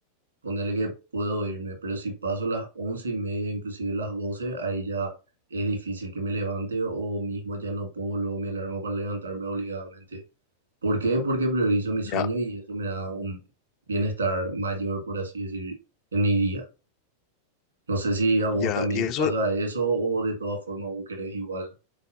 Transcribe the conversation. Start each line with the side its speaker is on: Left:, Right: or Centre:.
Right: ponerle que puedo irme, pero si paso las once y media, inclusive las doce, ahí ya es difícil que me levante o mismo ya no pongo luego mi alarma para levantarme obligadamente. ¿Por qué? Porque priorizo mi sueño
Left: Ya,
Right: y eso me da un bienestar mayor, por así decir, en mi día. No sé si a vos
Left: ya,
Right: también
Left: y
Right: te
Left: eso
Right: pasa eso o de todas formas vos querés igual